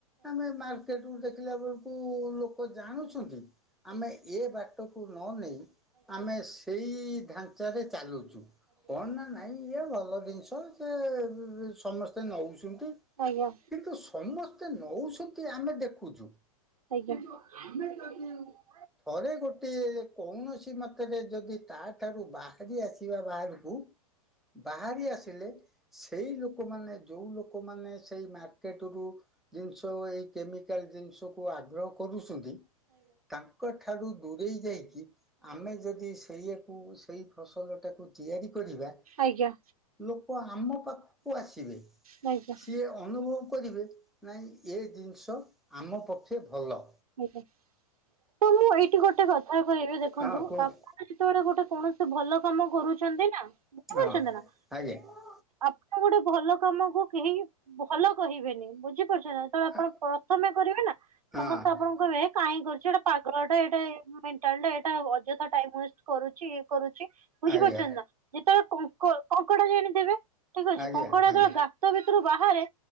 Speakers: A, in the centre; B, on the right.
A: ଆମେ ମାର୍କେଟୁ ଦେ ଖିଲା ବେଳକୁ ଲୋକ ଜାଣୁଚନ୍ତି ଆମେ ଏ ବାଟକୁ ନ ନେଇ ଆମେ ସେଇ ଢାଞ୍ଚାରେ ଚାଲୁଚୁ କଣ ନା ନାଇଁ ଇଏ ଭଲ ଜିନିଷ ସେ ସମସ୍ତେ ନଉଚୁନ୍ତି
B: ଆଜ୍ଞା।
A: କିନ୍ତୁ ସମସ୍ତେ ନଉଚନ୍ତି ଆମେ ଦେଖୁଚୁ
B: ଆଜ୍ଞା।
A: ଥରେ ଗୋଟିଏ କୌଣସି ମାତ୍ରାରେ ଯଦି ତା ଠାରୁ ବାହାରି ଆସିବା ବାହାରକୁ ବାହାରି ଆସିଲେ ସେଇ ଲୋକମାନେ ଯୋଉ ଲୋକମାନେ ସେଇ ମାର୍କେଟ ରୁ ଜିନିଷ ଏଇ କେମିକାଲ ଜିନିଷକୁ ଆଗ୍ରହ କରୁଛନ୍ତି ତା ତାଙ୍କଠାରୁ ଦୂରେଇ ଯାଇକି ଆମେ ଯଦି ସେଇଆକୁ ସେଇ ଫସଲଟାକୁ ତିଆରି କରିବା
B: ଆଜ୍ଞା।
A: ଲୋକ ଆମ ପାଖକୁ ଆସିବେ।
B: ଆଜ୍ଞା।
A: ସିଏ ଅନୁଭବ କରିବେ ନାଇଁ ଏ ଜିନିଷ ଆମ ପକ୍ଷେ ଭଲ।
B: ଆଜ୍ଞା। ତ ମୁଁ ଏଇଠି ଗୋଟେ କଥ ଥା କହିବି ଦେଖନ୍ତୁ
A: ହଁ କୁହନ୍ତୁ
B: ଆପଣ ଯେତେବେଳେ ଗୋଟେ କୌଣସି ଭଲ କାମ କରୁଛନ୍ତି ନା ବୁଝିପାରୁଛନ୍ତି
A: ହଁ
B: ନା
A: ଆଜ୍ଞା।
B: ଆପଣ ତ ଗୋଟେ ଭଲ କାମ କୁ କେହି ଭଲ କହିବେନି ବୁଝିପାରୁଚନା ଯେତେଳେ
A: ହଁ।
B: ଆପଣ ପ୍ରଥମେ କରିବେ ନା ସମସ୍ତେ
A: ଆଜ୍ଞା
B: ଆପଣଙ୍କ କହିବେ ହେ କାଇଁ କର ପାଗଳ ଟା ଏଟା ଏ ମେଣ୍ଟାଲ ଟା ଏଇଟା ଅଯଥା ଟାଇମ୍ ୱେଷ୍ଟ କରୁଚି ଇଏ କରୁଚି। ବୁଝିପାରୁଚନ୍ତି
A: ଆଜ୍ଞା
B: ନା ଯେତେବେଳେ କଙ୍କ କଙ୍କଡା ଜାଣିଥିବେ ଠିକ ଅଛି
A: ଆଜ୍ଞା।
B: କଙ୍କଡା ଯେତେବେଳେ
A: ଆଜ୍ଞା।
B: ଗା ଗାତ ଭିତରୁ ବାହାରେ